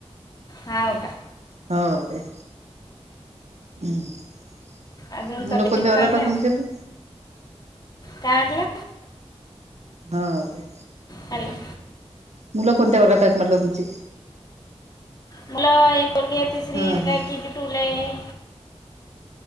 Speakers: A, on the left (about 35°); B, on the right (about 80°).
A: हा ओ काय.
B: हो काय. हम्म
A: अजून
B: मुलं
A: तब्येती
B: कोणत्या वर्गात
A: चांगल्या
B: आहेत तुमचे आता.
A: काय म्हंटला?
B: हाे काय?
A: हॅलो!
B: मुलं कोणत्या वर्गात आहेत म्हटलं तुमची?
A: मुल एक पुर्गीय तिसरी
B: हा हा
A: काय किती टुलेय